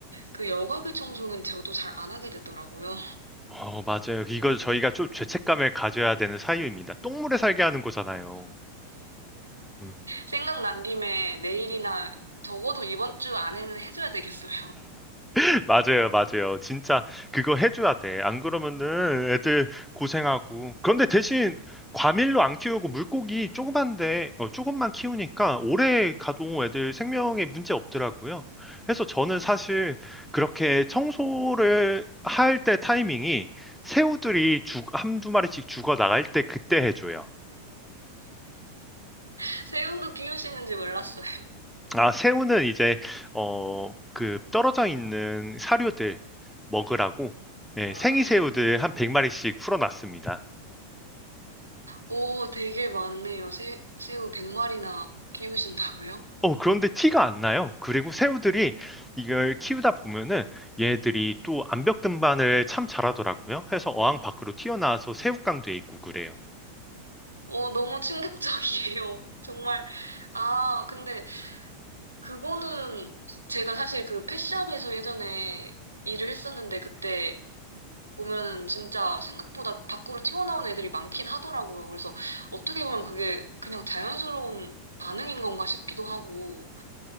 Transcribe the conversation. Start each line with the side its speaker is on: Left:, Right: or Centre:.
Right: 그 여과기 청소는 저도 잘 안 하게 되더라고요.
Centre: 어, 맞아요. 이거 저희가 좀 죄책감을 가져야 되는 사유입니다. 똥물에 살게 하는 거잖아요. 음.
Right: 생각난 김에 내일이나 적어도 이번 주 안에는 해줘야 되겠어요.
Centre: <laughs> 맞아요, 맞아요. 진짜 그거 해줘야 돼. 안 그러면은 애들 고생하고. 그런데 대신 과밀로 안 키우고 물고기 조그만데, 어, 조금만 키우니까 오래 가도 애들 생명에 문제 없더라고요. 그래서 저는 사실 그렇게 청소를 할 때 타이밍이 새우들이 죽, 한두 마리씩 죽어 나갈 때 그때 해줘요.
Right: <laughs> 새우도 키우시는지 몰랐어요.
Centre: 아 새우는 이제 어 그 떨어져 있는 사료들 먹으라고 예
Right: 와,
Centre: 생이 새우들 한 100 마리씩 풀어 놨습니다.
Right: 오, 되게 많네요. 새, 새우 100마리나 키우신다고요?
Centre: 어 그런데 티가 안 나요. 그리고 새우들이 이걸 키우다 보면은 얘들이 또 암벽 등반을 참 잘하더라고요. 해서 어항 밖으로 튀어나와서 새우깡도 있고 그래요.
Right: 오, 너무 충격적이에요. <laughs> 정말. 아, 근데 그거는 제가 사실 그 펫샵에서 예전에 일을 했었는데 그때 보면은 진짜 생각보다 밖으로 튀어나온 애들이 많긴 하더라고요. 그래서 어떻게 보면 그게 그냥 자연스러운 반응인 건가 싶기도 하고,